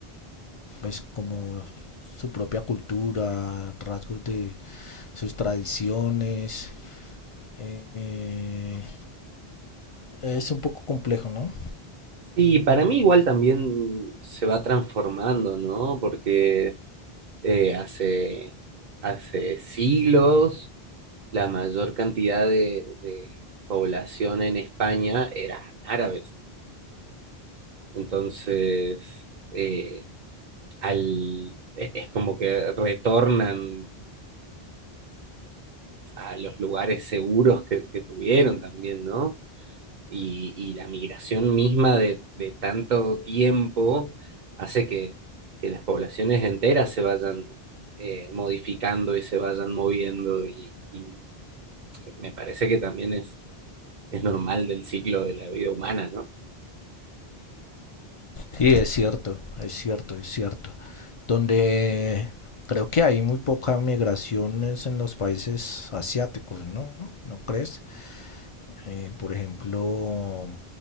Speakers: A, on the left (about 50°); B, on the right (about 55°).
A: pues, como su propia cultura, rasgos de sus tradiciones. Eh, es un poco complejo, ¿no?
B: Sí, para mí igual también se va transformando, ¿no? Porque eh, hace, hace siglos la mayor cantidad de, de población en España eran árabes. Entonces, eh, al, e- es como que retornan a los lugares seguros que, que tuvieron también, ¿no? Y, y la migración misma de, de tanto tiempo hace que, que las poblaciones enteras se vayan eh, modificando y se vayan moviendo y, y Me parece que también es, es normal del ciclo de la vida humana, ¿no?
A: Sí, es cierto, es cierto, es cierto. Donde creo que hay muy poca migraciones en los países asiáticos, ¿no? ¿No crees? Eh, por ejemplo,